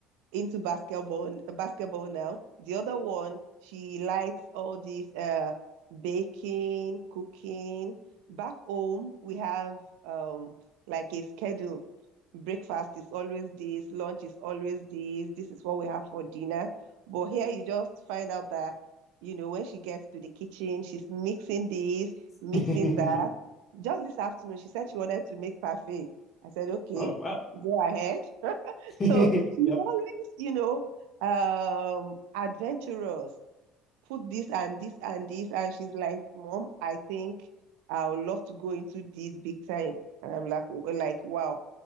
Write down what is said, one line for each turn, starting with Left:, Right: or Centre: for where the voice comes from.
Right: into basketball basketball now. The other one, she likes all this uh baking, cooking. Back home, we have um like a schedule breakfast is always this, lunch is always this, this is what we have for dinner. But here you just find out that, you know, when she gets to the kitchen, she's mixing this,
Left: <laughs>
Right: mixing
Left: oh
Right: that. Just this afternoon, she said she wanted to make parfait. I said, okay,
Left: wow.
Right: go ahead. <laughs>
Left: <laughs>
Right: So she's
Left: yep.
Right: always, you know, um, adventurous. Put this and this and this. And she's like, Mom, I think I would love to go into this big time. And I'm like, like, wow,